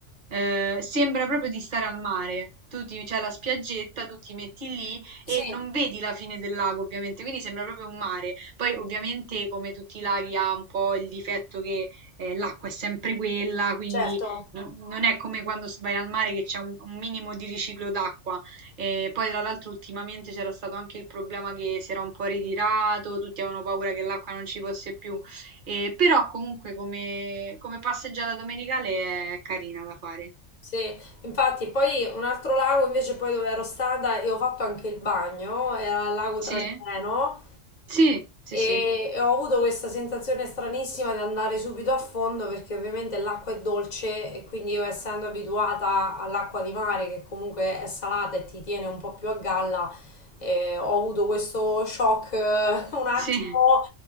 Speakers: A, on the right; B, on the left.
A: eh, sembra proprio di stare al mare. Tu ti- c'è la spiaggetta, tu ti metti lì
B: sì,
A: e non vedi la fine del lago, ovviamente, quindi sembra proprio un mare. Poi, ovviamente, come tutti i laghi, ha un po' il difetto che eh, l'acqua è sempre quella, quindi
B: certo.
A: non non è come quando s- vai al mare che c'è un un minimo di riciclo d'acqua. E poi tra l'altro ultimamente c'era stato anche il problema che si era un po' ritirato, tutti avevano paura che l'acqua non ci fosse più. Eh, però comunque come, come passeggiata domenicale è carina da fare.
B: Sì, infatti poi un altro lago invece poi dove ero stata e ho fatto anche il bagno, era il lago
A: Sì?
B: Trasimeno
A: Sì, sì,
B: e,
A: sì,
B: e ho avuto questa sensazione stranissima di andare subito a fondo perché ovviamente l'acqua è dolce e quindi io essendo abituata all'acqua di mare che comunque è salata e ti tiene un po' più a galla, eh, ho avuto questo shock eh, <laughs> un attimo
A: sì.